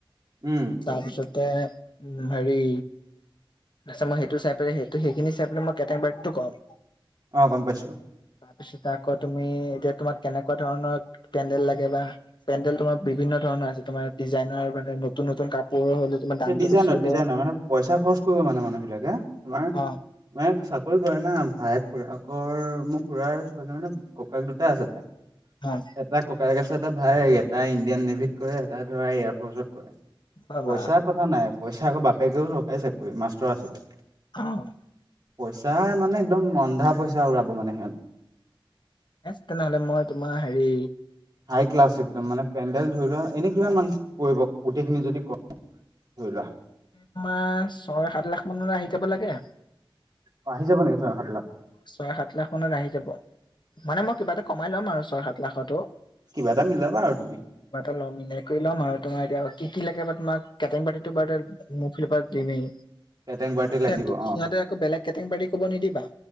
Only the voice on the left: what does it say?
তাৰপিছতে উম, হেৰি তাৰপিছত মই সেইটো চাই সেই সেইখিনি চাই পাই মই কেটাৰিং পাৰ্টিটো কম।
তাৰপিছত আকৌ তুমি এতিয়া তোমাক কেনেকুৱা ধৰণৰ পেডেল লাগে বা? পেণ্ডেল তোমাৰ বিভিন্ন ধৰণৰ আছে, তোমাৰ ডিজাইনৰ মানে নতুন নতুন কাপোৰ হ'লে তোমাৰ দামটো
বেছি হ'ব
অ
হয়।
পাবা
অ'।
এ' তেনেহ'লে মই তোমাৰ হেৰি
তোমাৰ ছয়, সাত লাখ মানলৈ আহি যাব লাগে।
ছয়, সাত লাখ মানত আহি যাব। মানে মই কিবা এটা কমাই ল'ম আৰু ছয়, সাত- লাখটো।
কিবা এটা ল'ম মিলাই কৰি ল'ম আৰু। তোমাৰ এতিয়া কি কি লাগে বা তোমাক? কেটিং পো বাৰ- মোৰ ফালৰ পৰা বাৰু দিমেই।
সিহঁত-সিহঁতে
আকৌ বেলেগ কেটেং পাৰ্টি কৰিব নিদিবা।